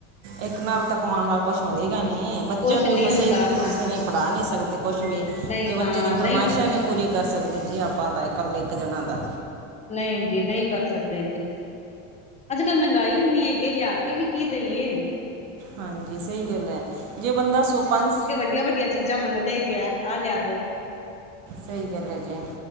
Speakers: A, on the right; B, on the left.
A: ਇੱਕ ਨਾਲ ਤਾਂ ਕਮਾਨ ਨਾਲ ਕੁਛ ਹੋਇਗਾ ਨਹੀਂ ਬੱਚਿਆਂ
B: ਕੁਛ
A: ਨੂੰ
B: ਨੀ
A: ਵੀ
B: ਹੁੰਦਾ
A: ਸਹੀ ਤੁਸੀਂ
B: ਹਾਂ
A: ਨਹੀਂ ਪੜ੍ਹਾ ਨਹੀਂ ਸਕਦੇ ਕੁਛ ਵੀ।
B: ਨਹੀਂ
A: ਤੇ ਬੱਚੇ
B: ਹਾਂ
A: ਦੀ ਫਰਮਾਇਸ਼ਾਂ
B: ਨਹੀਂ ਬੜਾ
A: ਨਹੀ ਪੂਰੀ ਕਰ ਸਕਦੇ ਜੀ, ਆਪਾਂ ਤਾਂ ਇਕੱਲੇ ਇੱਕ ਜਣਾ ਤਾਂ।
B: ਨਹੀਂ ਜੀ, ਨਹੀਂ ਕਰ ਸਕਦੇ ਜੀ। ਅੱਜ ਕੱਲ੍ਹ ਮਹਿੰਗਾਈ ਇੰਨੀ ਹੈਗੀ ਲਿਆ ਕੇ ਵੀ ਕੀ ਦੇਈਏ?
A: ਹਾਂਜੀ ਸਹੀ ਗੱਲ ਹੈ, ਜੇ ਬੰਦਾ ਸੌ ਪੰਜ
B: ਵੱਡੀਆ ਵੱਡੀਆ ਚੀਜ਼ਾਂ ਮੰਗਦੇ ਹੈਗਿਆ, ਆਹ ਲਿਆ ਦੋ
A: ਸਹੀ ਗੱਲ ਹੈ ਜੀ,